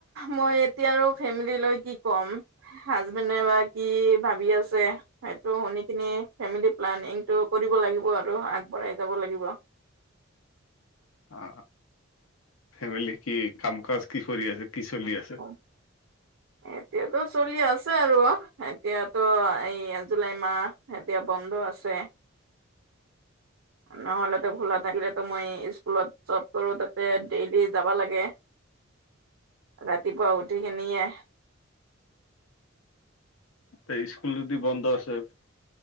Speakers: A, on the right (about 75°); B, on the left (about 85°).
A: মই এতিয়া আৰু ফেমিলি লৈ কি ক'ম হাজবেণ্ডে বা কি ভাবি আছে। সেইটো শুনি কিনি ফেমিলি প্লানিংটো কৰিব লাগিব আৰু আগবঢ়াই যাব লাগিব
B: অ ফেমিলি কি কাম কাজ কি কৰি আছে কি চলি আছে
A: <inaudible> এতিয়াতো চলি আছে আৰু এতিয়াতো এই জুলাই মাহ এতিয়া বন্ধ আছে নহলেতো খোলা থাকিলেতো মই স্কুলত জব কৰো তাতে ডেইলি যাব লাগে। ৰাতিপুৱা উঠি কিনিয়ে
B: তাই স্কুল যদি বন্ধ আছে